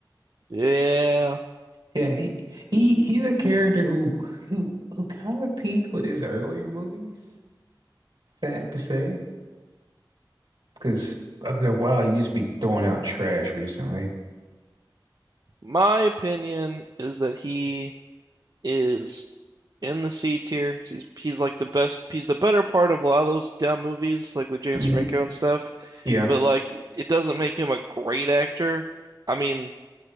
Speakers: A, on the right (about 50°); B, on the right (about 70°).
A: yeah.
B: Yeah, he he he's a character who who who kind of peaked with his earlier movies. Sad to say, because after a while, he just be throwing out trash recently.
A: My opinion is that he is in the C tier because he's he's like the best. He's the better part of a lot of those dumb movies, like with James
B: hmm
A: Franco and stuff.
B: Yeah,
A: But like, it doesn't make him a great actor. I mean,